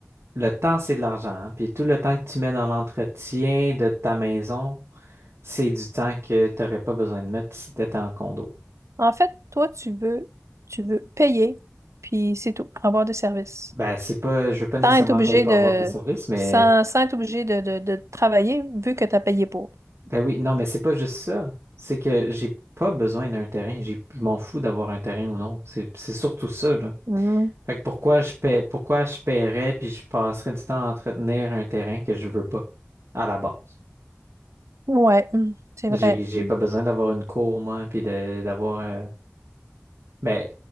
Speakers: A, on the right (about 60°); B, on the right (about 90°).
A: Le temps, c'est de l'argent. hein. Puis tout le temps que tu mets dans l'entretien de ta maison, c'est du temps que tu n'aurais pas besoin de mettre si tu étais en condo.
B: En fait, toi, tu veux, tu veux payer, puis c'est tout, avoir des services.
A: Ben, c'est pas, je veux pas nécessairement
B: Sans être obligé
A: payer pour
B: de,
A: avoir des services, mais
B: sans, sans être obligé de, de, de travailler, vu que tu as payé pour.
A: ben oui, non, mais c'est pas juste ça. C'est que j'ai pas besoin d'un terrain. J'ai, je m'en fous d'avoir un terrain ou non. C'est, c'est surtout ça, là.
B: Mm.
A: Fait que pourquoi je paie, pourquoi je paierais puis je passerais du temps à entretenir un terrain que je veux pas à la base.
B: Ouais, mm, c'est
A: J'ai,
B: vrai.
A: j'ai
B: Mm.
A: pas besoin d'avoir une cour, moi, puis de- d'avoir euh, Mais